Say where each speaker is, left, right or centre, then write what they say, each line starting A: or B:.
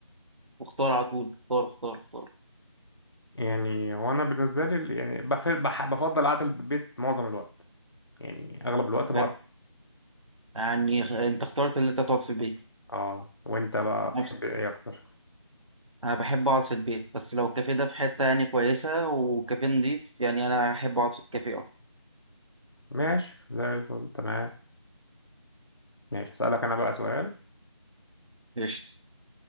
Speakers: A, on the right (about 80°); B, on the left (about 55°).
A: واختار على طول اختار اختار اختار
B: يعني هو انا بالنسبه لي ال- يعني بف- بح- بفضل قعده البيت معظم الوقت يعني اغلب الوقت بقعد
A: بحب يعني خ- انت اخترت ان انت تقعد في البيت
B: اه وانت بقى بتحب
A: نفس
B: ايه اكتر
A: انا بحب اقعد في البيت بس لو الكافيه ده في حته يعني كويسه وكافيه نضيف يعني انا احب اقعد في الكافيه اكتر
B: ماشي زي الفل تمام ماشي هسألك أنا بقى سؤال
A: قشطة